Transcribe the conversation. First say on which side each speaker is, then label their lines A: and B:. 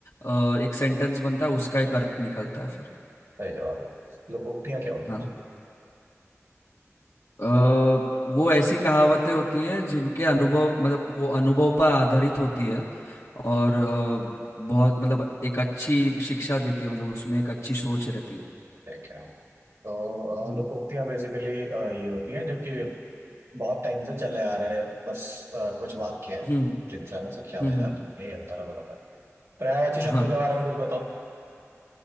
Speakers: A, on the left; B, on the right.
A: अ, एक सेंटेंस बनता है उसका एक अर्थ निकलता है फिर
B: सही जवाब है लोकोक्तियां क्या होती
A: हाँ
B: हैं
A: अ, वो ऐसी कहावतें होती है जिनके अनुभव मतलब वो अनुभव पर आधारित होती है और अ, बहुत मतलब एक अच्छी शिक्षा देती है मतलब उसमें एक अच्छी सोच रहती है
B: ठीक है तो अ,
A: हम्म
B: लोकोक्तियां बेसिकली ये होती हैं जो कि बहुत टाइम से चले आ रहे हैं बस अ, कुछ वाक्य हैं
A: हम्म
B: जिनसे हमें शिक्षा
A: हम्म
B: मिल जाती है यही अंतर है बोलो है पर्यायवाची शब्दों
A: हाँ
B: के बारे में कुछ बताओ